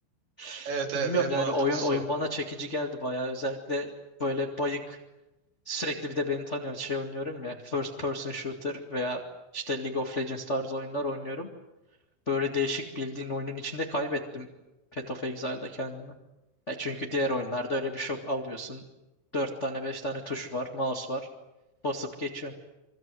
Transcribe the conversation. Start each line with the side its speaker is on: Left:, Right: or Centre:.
Left: <laughs>
Right: Evet
Left: Bilmiyorum
Right: evet en
Left: yani
Right: mantıklısı
Left: oyun oyun
Right: o.
Left: bana çekici geldi bayağı. Özellikle böyle bayık sürekli bir de beni tanıyor şey oynuyorum ya. First person shooter veya işte League of Legends tarzı oyunlar oynuyorum. Böyle değişik bildiğin oyunun içinde kaybettim Path of Exile'da kendimi. Ya çünkü diğer oyunlarda öyle bir şok alıyorsun. 4 tane 5 tane tuş var, mouse var. Basıp geçiyorsun.